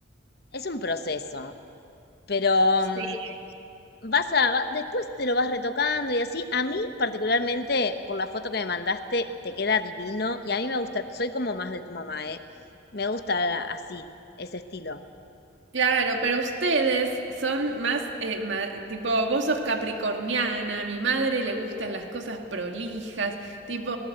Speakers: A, on the left; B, on the right.
A: Es un proceso, pero
B: Sí.
A: mm, vas a, va- después te lo vas retocando y así. A mí, particularmente, por la foto que me mandaste, te queda divino y a mí me gusta, soy como más de tu mamá, ¿eh? Me gusta así, ese estilo.
B: Claro, pero ustedes son más, eh, ma- tipo, vos sos capricorniana, a mi madre le gustan las cosas prolijas, tipo,